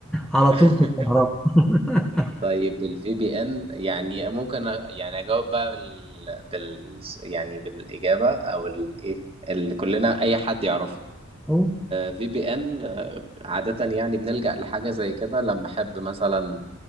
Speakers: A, in the centre; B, on the right.
A: على
B: <laughs>
A: طول في الكهرباء <laughs>
B: طيب الفي بي ان يعني ممكن أ- يعني اجاوب بقى بال, بال... يعني بالاجابه او الايه اللي كلنا اي حد يعرفها
A: أهو،
B: في بي ان عاده يعني بنلجأ لحاجه زي كده لما احب مثلا